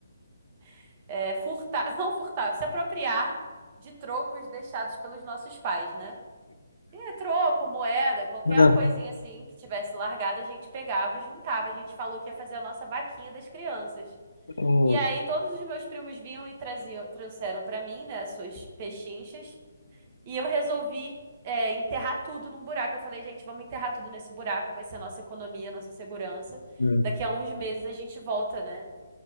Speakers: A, on the right (about 30°); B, on the left (about 70°).
A: <laughs> é, furtar, <laughs> não furtar, se apropriar de trocos deixados pelos nossos pais, né? E é troco, moeda, qualquer
B: ah,
A: coisinha assim que tivesse largada, a gente pegava e juntava. A gente falou que ia fazer a nossa vaquinha das crianças.
B: ah,
A: E aí todos os meus primos vinham e traziam, trouxeram para mim, né, as suas pechinchas. E eu resolvi, é, enterrar tudo num buraco. Eu falei, gente, vamos enterrar tudo nesse buraco, vai ser a nossa economia, a nossa segurança.
B: ah.
A: Daqui a uns meses a gente volta, né?